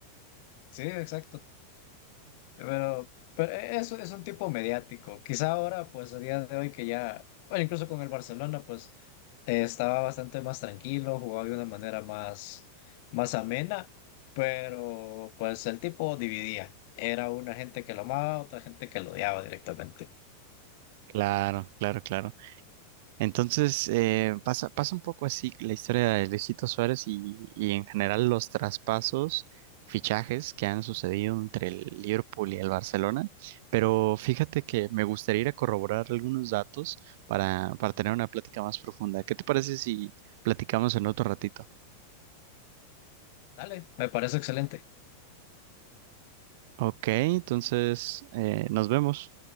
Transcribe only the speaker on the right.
Claro, claro, claro. Entonces, eh, pasa, pasa un poco así la historia de Luisito Suárez y, y en general los traspasos, fichajes que han sucedido entre el Liverpool y el Barcelona. Pero fíjate que me gustaría ir a corroborar algunos datos para, para tener una plática más profunda. ¿Qué te parece si platicamos en otro ratito?
Ok, entonces eh, nos vemos.